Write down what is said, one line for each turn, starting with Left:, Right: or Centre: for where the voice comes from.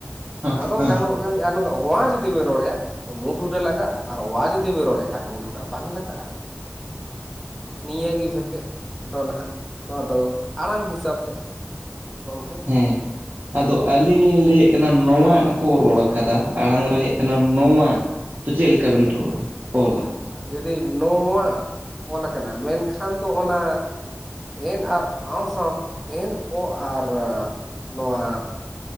Right: ᱦᱮᱸ
Centre: ᱚᱱᱟ ᱫᱚ
Right: ᱦᱮᱸ
Centre: ᱜᱟᱱᱚᱜ ᱟᱼᱚᱱᱟ ᱚᱶᱟ ᱡᱩᱫᱤ ᱵᱮ ᱨᱚᱲᱮᱼᱟ ᱛᱚ ᱢᱩ ᱴᱩᱰᱟᱹᱜ ᱞᱟᱜᱟᱼᱟ ᱟᱨ ᱚᱣᱟ ᱡᱩᱫᱤ ᱵᱤᱱ ᱨᱚᱲᱼᱟ ᱠᱷᱟᱜ ᱢᱩ ᱴᱩᱰᱟᱜ ᱵᱟᱝ ᱞᱟᱜᱟᱜᱼᱟ ᱱᱤᱭᱟᱹ ᱜᱮ ᱵᱷᱮᱯᱮᱫ ᱫᱚ ᱱᱟᱦᱟᱜ ᱱᱚᱣᱟ ᱫᱚ ᱟᱲᱟᱝ ᱦᱤᱥᱟᱹᱵ ᱛᱮ ᱜᱚᱝᱠᱮ
Right: ᱦᱮᱸ ᱟᱫᱚ
Centre: ᱦᱮᱸ
Right: ᱟᱹᱞᱤᱧ ᱞᱤᱧ ᱞᱟᱹᱭᱮᱫ ᱮᱱᱟ ᱱᱚᱶᱟᱜ ᱠᱚ ᱨᱚᱲ ᱠᱟᱫᱟ ᱟᱲᱟᱝ ᱨᱮ ᱦᱮᱜ ᱠᱟᱱᱟ ᱱᱚᱶᱟ ᱛᱚ
Centre: ᱦᱮᱸ
Right: ᱪᱮᱫ ᱞᱮᱠᱟᱵᱤᱱ ᱨᱚᱲᱟ ᱚᱞᱟ
Centre: ᱡᱩᱫᱤ ᱱᱚᱶᱟ ᱚᱞᱟᱠᱟᱱᱟ ᱢᱮᱱᱠᱷᱟᱱ ᱫᱚ ᱚᱱᱟ ᱮᱱ ᱟᱨ ᱟᱸᱣ ᱥᱟᱶ ᱮᱱ ᱚ ᱟᱨ ᱱᱚᱶᱟ